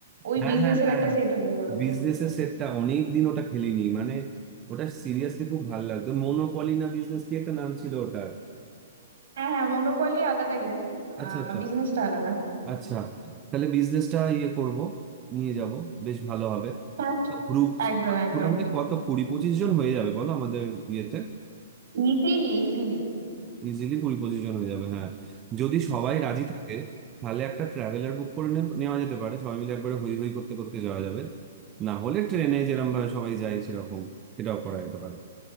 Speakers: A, on the right (about 55°); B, on the right (about 25°).
A: ওই
B: হ্যাঁ
A: বিজনেসের
B: হ্যাঁ হ্যাঁ
A: একটা সেটও নিয়ে যাবো
B: বিজনেস এর সেটটা অনেক দিন ওটা খেলিনি মানে ওটা সিরিয়াসলি খুব ভালো লাগতো মনোপলি না বিজনেস কি একটা নাম ছিল ওটা
A: হ্যাঁ হ্যাঁ মনোপলি আলাদা গেম
B: আচ্ছা
A: আহ
B: আচ্ছা
A: বিজনেসটা আলাদা
B: আচ্ছা তাহলে বিজনেসটা ইয়ে করব নিয়ে যাব বেশ ভালো হবে
A: হ্যাঁ
B: গ্রুপ
A: একদম একদম
B: মোটামুটি কত কুড়ি পঁচিশ জন হয়ে যাবে বলো আমাদের ইয়েতে
A: Easily easily
B: ইজিলি কুড়ি পঁচিশ জন হয়ে যাবে হ্যাঁ যদি সবাই রাজি থাকে তাহলে একটা ট্রাভেলার বুক করে নে- নেওয়া যেতে পারে সবাই মিলে একবারে হই হই করতে করতে যাওয়া যাবে না হলে ট্রেনে যেরকম ভাবে সবাই যায় সেরকম এটাও করা যেতে পারে